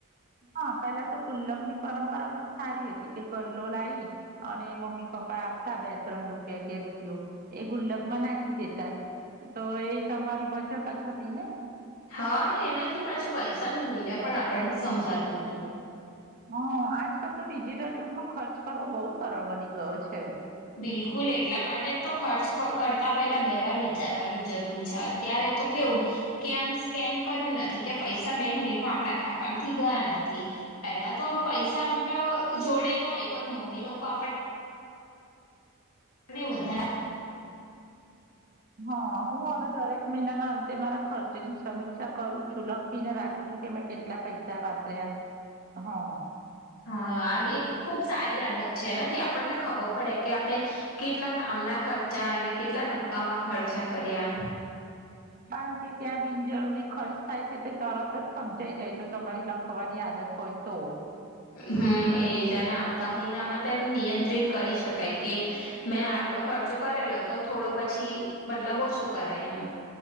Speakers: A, on the right; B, on the left.
A: હા પેલા તો ગુલ્લક ની પરંપરા પણ સારી હતી કે ગલ્લો લાવી અને મમ્મી પપ્પા આપતા બે ત્રણ રૂપિયા કે રૂપિયો એ ગુલ્લક માં નાખી દેતા તો એ તમારી બચત જ હતી ને
B: હા ને એનાથી પાછું પૈસા નું મૂલ્ય પણ આપણને સમજાતું હતું
A: હ આજકાલ તો ડિજિટલ યુગમાં ખર્ચ કરવો બહુ સરળ બની ગયો છે
B: બિલકુલ એટલા માટે જ તો ખર્ચ કરતા પહેલા બે વાર વિચારવાની જરૂર છે અત્યારે તો કેવું કે આમ સ્કેન કર્યું નથી કે પૈસા બે મિનિટમાં આપડા ખાતામાંથી ગયા નથી પહેલા તો પૈસા મતલબ જોડે હોય પણ મમ્મી લોકો આપણ આપણે વધાના
A: હા હું હવે દરેક મહિનાના અંતે મારા ખર્ચની સમીક્ષા કરું છું લખીને રાખું છું કે મેં કેટલા પૈસા વાપર્યા હ
B: હા આ એક ખુબ સારી આદત છે એનાથી આપણને ખબર પડે કે આપણે કેટલા કામના ખર્ચા અને કેટલા નક્કામાં ખર્ચા કર્યા
A: કારણ કે ત્યાં બિનજરૂરી ખર્ચ થાય છે તે તરત જ સમજાઈ જાય તો તમારી લખવાની આદત હોય તો
B: હમ્મ એજ ને આવતા મહિનામાં તેને નિયંત્રિત કરી શકાય કે મેં આટલો ખર્ચો કરેલો તો થોડો પછી મતલબ ઓછો કરાય એમ